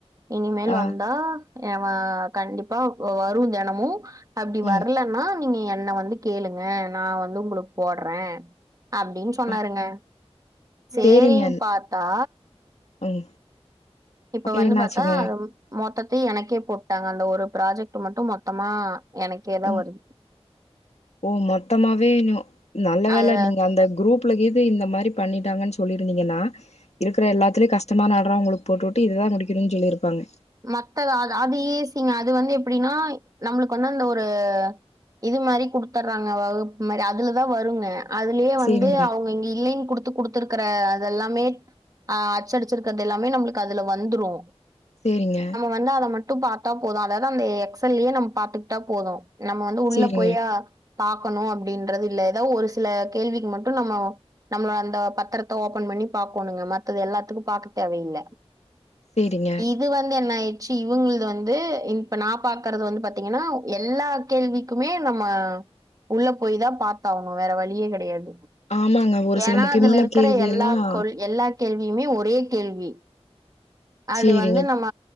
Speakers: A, on the right; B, on the left.
A: இனிமேல்
B: ஆ
A: வந்தா எ வ
B: ம்
A: கண்டிப்பா வரும் தெனமு அப்டி வர்
B: ம்
A: இல்லன்னா நீங்க என்ன வந்து கேளுங்க நா வந்து உங்ளுக்கு போட்ற அப்டின் சொன்னாருங்க
B: ஆ.
A: சேரின்
B: சேரிங்க
A: பாத்தா
B: ம்
A: இப்ப
B: அப்றோ
A: வந்து
B: என்னாச்சுங்க
A: பாத்தா அத மொத்தத்தயு எனக்கே போட்டாங்க அந்த ஒரு ப்ராஜெக்ட்டு மட்டு மொத்தமா எனக்கே தான்
B: ஒ
A: வருது.
B: ஓ மொத்தமாவே நி நல்ல வேல
A: அது
B: நீங்க அந்த குரூப் ஃபுல்லக் இது இந்த மாரி பண்ணிட்டாங்கன் சொல்லிருந்திங்கன்னா இருக்குற எல்லாத்திலயு கஷ்டமான ஆடற உங்குளுக் போட்டுஉட்டு இதுதா முடிக்கணுன் சொல்லிருப்பாங்க
A: மத்தளோ அ அது ஈசிங்க அது வந்து எப்டினா நம்ளுக்கு வந்து அந்த ஒரு இது மாரி குடுத்தர்றாங்க வகுப்மாரி அதுலதா வருங்க அதுலியே வந்து
B: சரிங்க,
A: அவுங்க இங்க இல்லேன் குடுத் த்து குடுத்துருக்கற அதெல்லாமே அ அச்சடிச்சிர்க்கர்து எல்லாமே நம்ளுக்கு அதுல வந்துரு
B: சேரிங்க
A: வந்து அத மட்டு பாத்தா போதும் அதாவது அந்த எக்ஸல்லயே நம்ப பாத்துக்ட்டா போதும் நம்ம வந்து உள்ள
B: சரிங்க,
A: போயி ஆ பாக்கணு அப்டின்றது இல்ல எதாவ் ஒரு சில கேள்விக்கு மட்டு நம்மோ நம்ளோ அந்த பத்தரத்த ஓப்பன் பண்ணி பாக்கோணுங்க மத்தது எல்லாத்துக்கு பாக்க தேவயில்ல
B: சேரிங்க
A: இது வந்து என்ன ஆயிட்ச்சி இவுங்குள்து வந்து இப்ப நா பாக்கறது வந்து பாத்திங்கனா எல்லா கேள்விக்குமே நம்ம உள்ள போய் தா பாத்தாவணு வேற வழியே கெடயாது
B: ஆமாங்க. ஒரு
A: ஏனா
B: சில முக்கியமான
A: அதுல இருக்குற
B: கேள்வி
A: எல்லாக்
B: எல்லாம்
A: கொல் எல்லா கேள்வியுமே ஒரே கேள்வி அது
B: சரிங்க.
A: வந்து நம்ம